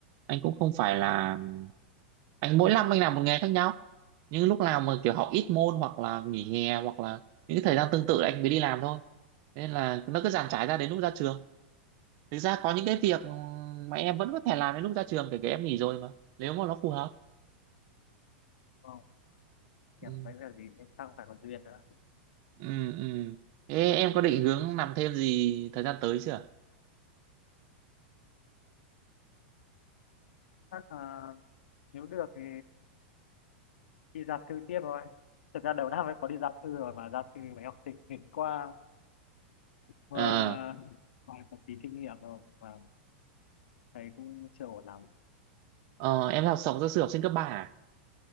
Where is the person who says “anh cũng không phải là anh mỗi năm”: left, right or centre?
Right